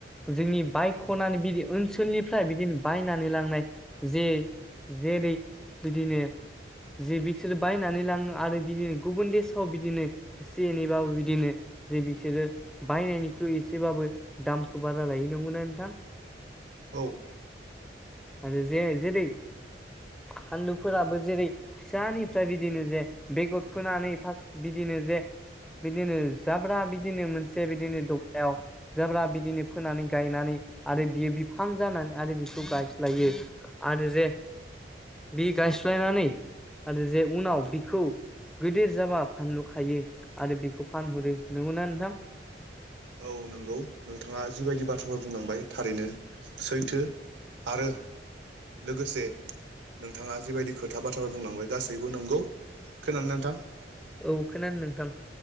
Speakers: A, in the centre; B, on the right.
A: जोंनि बायख'नानै बिदि ओनसोलनिफ्राय बिदिनो बायनानै लांनाय जे जेरै बिदिनो जि बिसोर बायनानै लाङो आरो बिदिनो गुबुन देसाव बिदिनो एसे एनैबाबो बिदिनो जे बिसोरो बायनायनिख्रुइ एसेबाबो दामखौ बारा लायो नंगौना नोंथां?
B: औ
A: आरो जे जेरै फानलुफोराबो जेरै फिसानि ओफ्राय बिदिनो जे बेगर फोनानै फार्स्ट बिदिनो जे बिदिनो जाब्रा बिदिनो मोनसे बिदिनो दबथायाव जाब्रा बिदिनो फोनानै गायनानै आरो बियो बिफां जानानै आरो बिखौ गायस्लायो आरो जे बि गायस्लायनानै आरो जे उनाव बिखौ गोदो जाबा फानलु खायो आरो बेखौ फानहरो, नोंगौना नोंथां?
B: औ नोंगौ नोंथाङा जिबायदि बाथ्राफोर बुंलांबाय थारैनो सैथो आरो‌ लोगोसे नोंथाङा जिबायदि खोथा बाथ्राफोर बुंलांबाय गासैबो नोंगौ। खोनादोंना नोंथां?
A: औ खोनादों नोंथां